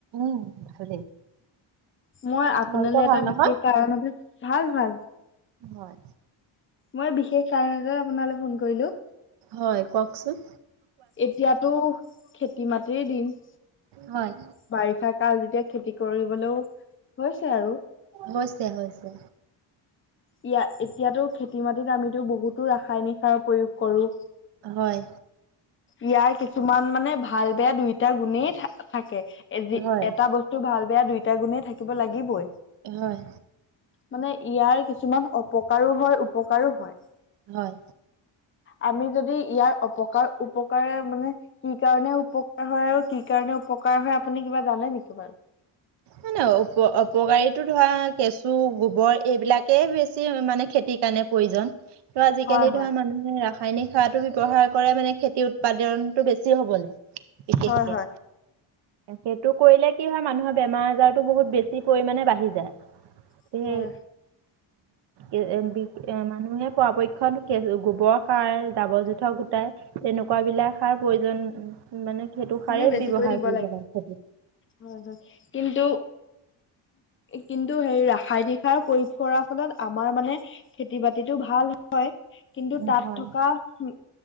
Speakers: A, on the right; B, on the left.
A: উম, ভালেই।
B: মই আপোনালৈ
A: তোমালোকৰ
B: এটা
A: ভাল নহয়?
B: বিশেষ কাৰণতে, ভাল, ভাল।
A: হয়।
B: মই বিশেষ কাৰণতে আপোনালৈ ফোন কৰিলোঁ।
A: হয়, কওঁকচোন।
B: এতিয়াতো খেতি মাটিৰ দিন।
A: হয়।
B: বাৰিষা কাল যেতিয়া খেতি কৰিবলৈও, হৈছে আৰু।
A: হৈছে, হৈছে।
B: ইয়াত, এতিয়াতো খেতি মাটিত আমিতো বহুতো ৰাসায়নিক সাৰ প্ৰয়োগ কৰোঁ।
A: হয়।
B: ইয়াৰ কিছুমান মানে ভাল বেয়া দুইটা গুণেই থাকে,
A: হয়,
B: এটা বস্তু ভাল বেয়া দুইটা গুণেই থাকিব লাগিবই।
A: হয়।
B: মানে ইয়াৰ কিছুমান অপকাৰো হয়, উপকাৰো হয়।
A: হয়।
B: আমি যদি ইয়াৰ অপকাৰ, উপকাৰে মানে কি কাৰণে উপ হয়, আৰু কি কাৰণে উপকাৰ হয় আপুনি কিবা জানে নেকি বাৰু?
A: মানে অ', অপকাৰীো ধৰা কেঁচু, গোবৰ এইবিলাকে বেছি মানে খেতি তেনে প্ৰয়োজন। ত' আজিকালি
B: হয়
A: ধৰা
B: হয়
A: মানুহে ৰাসায়নিক সাৰতো ব্যৱহাৰ কৰে, মানে খেতিৰ উৎপাদনটো বেছি হ'বলৈ। ঠিকেই,
B: হয়
A: ঠিকেই। সেইটো কৰিলে কি হয় মানুহৰ বেমাৰ বহুত বেছি পৰিমণে বাঢ়ি যায়।
B: হয় হয়
A: এ, মানুহে, পৰাপক্ষত গোবৰ সাৰ, জাবৰ জোঁথৰ গোটাই। তেনেকুৱা বিলাক সাৰ প্ৰয়োজন, মানে সেইটো সাৰেই
B: মানে বেছিকৈ
A: ব্যৱহাৰ
B: দিব
A: কৰিব লাগে।
B: হয়, হয়, কিন্তু, কিন্তু হেৰি, ৰাসায়নিক সাৰ প্ৰয়োগ কৰা ফলত আমাৰ মানে খেতি-বাতিটো ভাল হয়, কিন্তু
A: উম,
B: তাত
A: হয়
B: থকা উম,